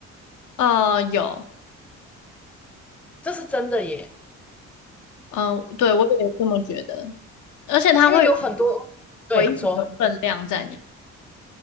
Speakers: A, on the left; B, in the centre.
A: 呃，有，
B: 这是真的耶，
A: 嗯、对，我也这么觉得，而且它会有
B: 因为有很多，对，
A: 回忆的分量在里面
B: 你说，